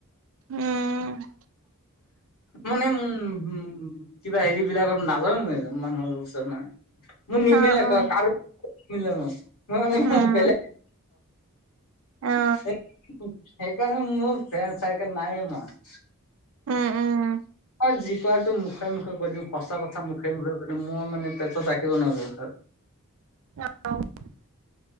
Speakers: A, on the right; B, on the left.
A: উম! <unintelligible>
B: মানে উম-উম <unintelligible> কিবা হেৰি বিলাকত নাযায় মই মানুহৰ ওচৰত মানে। <inaudible> মোৰ নিমিলিলে
A: অ
B: <unintelligible>
A: অ
B: ক কাৰো নিমিলে মোৰ। মই মানে মই
A: উম
B: বেলেগ <inaudible>
A: অ
B: <unintelligible> <inaudible> সেইকাৰণে মোৰ ফ্ৰেন্ড চাৰ্কল নাই ইমান। <unintelligible>
A: উম-উম। <unintelligible>
B: মই যি কোৱাটো মুখে-মুখে কৈ দিম, সঁচা কথা মুখে-মুখে কৈ দিম, মই মানে পেটত ৰাখিব নোৱাৰো একো কথা। <unintelligible>
A: নাপাঁও। <unintelligible>